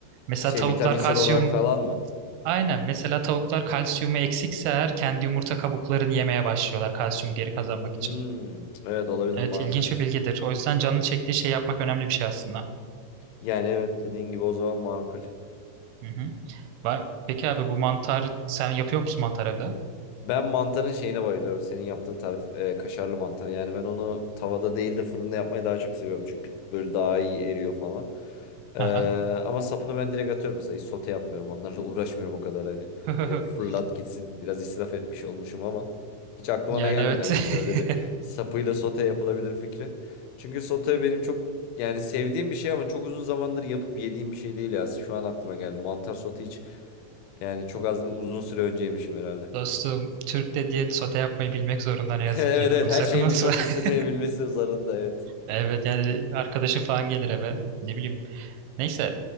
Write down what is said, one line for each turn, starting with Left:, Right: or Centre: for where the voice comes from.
Right: Mesela
Left: Şey
Right: tavuklar
Left: vitaminsel
Right: kalsiyum
Left: olarak falan mı?
Right: Aynen. Mesela tavuklar kalsiyumu eksikse eğer kendi yumurta kabuklarını yemeye başlıyorlar kalsiyumu geri kazanmak
Left: Hmm,
Right: için.
Left: evet olabilir
Right: Evet
Left: makulmüş.
Right: ilginç bir bilgidir. O yüzden canını çektiği şey yapmak önemli bir şey aslında.
Left: Yani evet dediğin gibi o zaman makul.
Right: Hı hı. Va- Peki abi bu mantar sen yapıyor musun mantar evde?
Left: Ben mantarın şeyine bayılıyorum. Senin yaptığın tarif e, kaşarlı mantar. Yani ben onu tavada değil de fırında yapmayı daha çok seviyorum. Çünkü böyle daha iyi eriyor falan. Ee,
Right: Aha.
Left: ama sapını ben direkt atıyorum mesela. Hiç sote yapmıyorum. Onlarla <laughs> uğraşmıyorum o kadar hani.
Right: <laughs>
Left: Direkt fırlat gitsin. Biraz israf etmiş olmuşum ama hiç aklıma
Right: Yani
Left: da gelmedi.
Right: evet.
Left: Hani
Right: <laughs>
Left: hiç öyle bir sapıyla sote yapılabilir fikri. Çünkü sote benim çok yani sevdiğim bir şey ama çok uzun zamandır yapıp yediğim bir şey değil ya. Şu an aklıma geldi. Mantar sote hiç yani çok az uzun süre önce yemişim herhalde.
Right: Dostum Türk dediğin sote yapmayı bilmek zorunda ne yazık
Left: <laughs> Evet
Right: ki.
Left: evet
Right: Bunu
Left: her
Right: sakın
Left: şeyin
Right: unutma.
Left: bir sotesini
Right: <laughs>
Left: zarında evet.
Right: Evet yani arkadaşın falan gelir eve. Ne bileyim. Neyse.